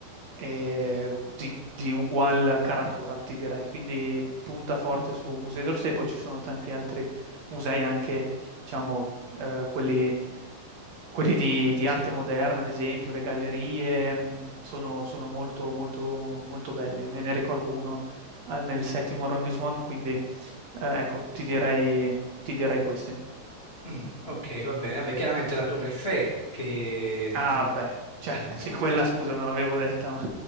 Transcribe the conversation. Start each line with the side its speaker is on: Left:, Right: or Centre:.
Right: e di, di ugual caratura, ti direi. Quindi punta forte su Museo d'Orsay, poi ci sono tanti altri musei, anche diciamo eh, quelli, quelli di, di arte moderna, ad esempio, le gallerie mh, sono, sono molto, molto, molto belli. Me ne ricordo uno al- nel settimo arrondissement, quindi eh, ecco, ti direi ti direi questi.
Left: Mm, ok, va bene. Vabbè, chiaramente la Torre Eiffel, che
Right: Ah beh, cer
Left: è, è-
Right: sì quella scusa
Left: è-
Right: non l'avevo detta, ma